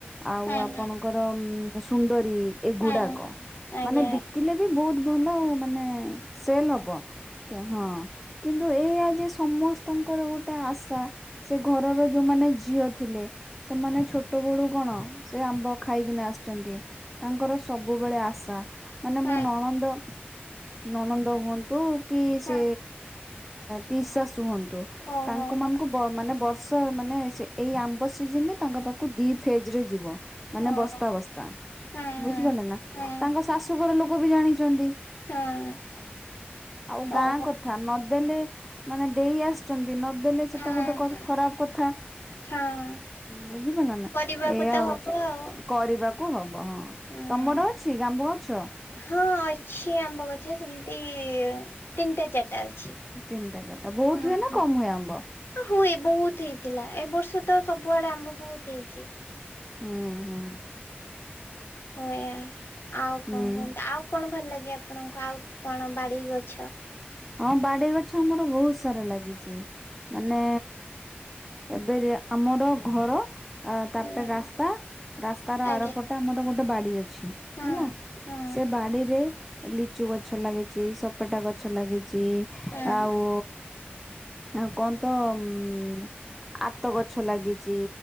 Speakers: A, in the centre; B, on the left.
A: ଆଉ
B: ହୁଁ ହୁଁ
A: ଆପଣଙ୍କର ସୁନ୍ଦରୀ ଏଗୁଡାକ।
B: ଆଜ୍ଞା ଆଜ୍ଞା।
A: ମାନେ ବିକିଲେ ବି ବହୁତ ଭଲ ମାନେ ସେଲ ହବ ହଁ। କିନ୍ତୁ ଏଇଆ ଯେ ସମସ୍ତଙ୍କର ଗୋଟେ ଆଶା। ସେ ଘରର ଯୋଉମାନେ ଝିଅ ଥିଲେ ସେମାନେ ଛୋଟ ବେଳୁ କଣ ସେ ଆମ୍ବ ଖାଇକିନା ଆସିଛନ୍ତି ତାଙ୍କର ସବୁବେଳେ ଆଶା। ମାନେ
B: ହୁଁ ହୁଁ
A: ମୋ
B: ହୁଁ
A: ନଣନ୍ଦ ନଣନ୍ଦ ହୁଅନ୍ତୁ କି
B: ହୁଁ
A: ସେ ପିଇସି ଶାଶୁ ହୁଅନ୍ତୁ।
B: ଓହୋ
A: ତାଙ୍କ ମାନଙ୍କୁ ବ ମାନେ ବର୍ଷ ମାନେ ସି ଏଇ ଆମ୍ବ ସିଜନରେ ତାଙ୍କ ପାଖକୁ ଦି ଫେଜ ରେ ଯିବ ମାନେ
B: ଓହୋ
A: ବସ୍ତା ବସ୍ତା।
B: ହୁଁ
A: ବୁଝିପାରିଲେ ନା
B: ହୁଁ ହୁଁ
A: ତାଙ୍କ ଶାଶୁଘର ଲୋକ ବି ଜାଣିଛନ୍ତି।
B: ହଁ।
A: ଆଉ ଗାଁ
B: ଓହୋ
A: କଥା ଥା ନଦେଲେ ମାନେ ଦେଇ ଆସିଛନ୍ତି ନଦେଲେ ସେଟା
B: ହୁଁ
A: ଗୋଟେ କ ଖରାପ କଥା।
B: ହଁ
A: ବୁଝିପାରିଲେ ନା
B: କରିବାକୁ
A: ଏଇୟ
B: ତ
A: ହଉଛି
B: ହବ ଆଉ
A: କରିବା। କୁ ହବ ହଁ।
B: ହୁଁ
A: ତମର ଅଛି ଗାମ୍ବ ଗଛ?
B: ହଁ ଅଛି ଆମ୍ବ ଗଛ ସେମିତି ତିନିଟା ଚାରିଟା ଅଛି।
A: ତିନିଟା ଚାରିଟା ବହୁତ
B: ହୁଁ
A: ହୁଏ ନା
B: ହୁଁ
A: କମ ହୁଏ ଆମ୍ବ?
B: ହୁଏ ବହୁତ ହେଇଥିଲା। ଏ ବର୍ଷ ତ ସବୁଆଡେ ଆମ୍ବ ବହୁତ ହେଇଛି।
A: ହୁଁ ହୁଁ।
B: ହୁଏ ଆଉ
A: ହୁଁ
B: କଣ କୁହନ୍ତି ଆଉ କଣ ଭଲ ଲାଗେ ଆପଣଙ୍କୁ ଆଉ କଣ ବାଡ଼ି ଗଛ?
A: ହଁ ବାଡି ଗଛ ଆମର ବହୁତ ସାରା ଲାଗିଛି। ମାନେ ଏବେ ରୀଆ ଆମର ଘର ଅ ତାପରେ
B: ହୁଁ
A: ରାସ୍ତା ରାସ୍ତାର
B: ଆଜ୍ଞା
A: ଆରପଟେ ଆମର ଗୋଟେ ବାଡି ଅଛି। ଛି
B: ହୁଁ
A: ହେଲା
B: ହୁଁ
A: ସେ ବାଡିରେ ଲିଚୁ ଗଛ ଲାଗିଛି ସପଟା ଗଛ ଲାଗିଛି।
B: ହୁଁ
A: ଆଉ ଆ କ ତ ଉଁ ଆତ ଗଛ ଲାଗିଚି